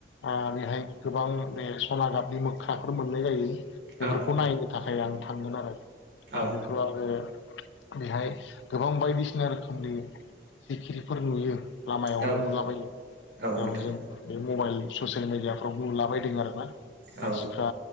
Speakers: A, on the left (about 85°); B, on the right (about 80°).
A: ओ बेेहाय गोबां माने सना गाबनि मोख्राफोर मोननाय जायो बेफोरखौ
B: औ
A: नायनो थाखाय आं थांगोन आरो।
B: औ
A: आ बेखौ आंङो बेहाय गोबां बायदिसिना रोखोमनि सिखिरिफोर नुयो। लामायावनो
B: औ
A: नुलाबायो बेयाव
B: औ नोंथां
A: जों बे मबाइल ससियेल मिडियाफ्राव नुला बायदों आरो ना।
B: औ
A: मानसिफ्रा